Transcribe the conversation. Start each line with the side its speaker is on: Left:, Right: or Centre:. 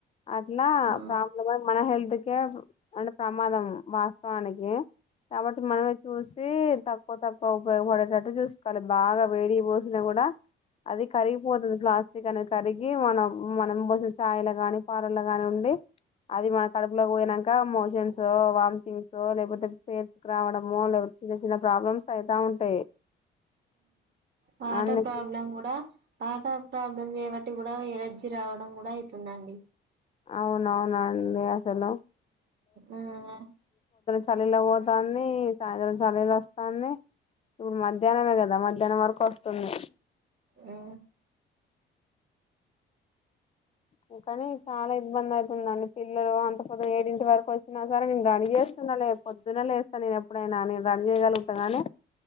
Left: అట్లా
Right: ఆ
Left: ప్రా మన హెల్త్కే అంటే ప్రమాదం వాస్తవానికి కాబట్టి మనమే చూసి తక్కువ తక్కువ ఉపయోగపడేటట్టు చూసుకోవాలి బాగా వేడిగ పోసిన కూడా అది కరిగిపోతుది ప్లాస్టిక్ అని కరిగి మనం మనం పోసిన ఛాయ్ లుమ కానీ పాలల్లో కాని ఉండి అది మన కడుపులో పోయినాంక మోషన్స్ వామిటింగ్స్ లేకపోతే పేర్చుకు రావడమో లేకపోతే చిన్న చిన్న ప్రాబ్లమ్స్ అయితా ఉంటాయి
Right: వాట
Left: అన్ని
Right: ప్రాబ్లం కూడా పాట ప్రాబ్లమ్స్బట్టి కూడా ఎలర్జీ రావడం కూడా అవుతుందండి
Left: అవునవున అండి చలో
Right: ఆ ఆ
Left: చలిలో పోతాని సాయంత్రం చలిళ వస్తాంది ఇప్పుడు మధ్యాహ్నమే కదా మధ్యాహ్నం వరకు వస్తుంది
Right: ఆ
Left: ఇం కాని చాలా ఇబ్బంది అవుతుందండి పిల్లలు అంత కొద్ద ఏడింటి వరకు వచ్చినా సరే నేను రని చేస్తున్నా లే పొద్దున లేస్తాను నేను ఎప్పుడైనా నేను రని చేయగలుగుతాగాని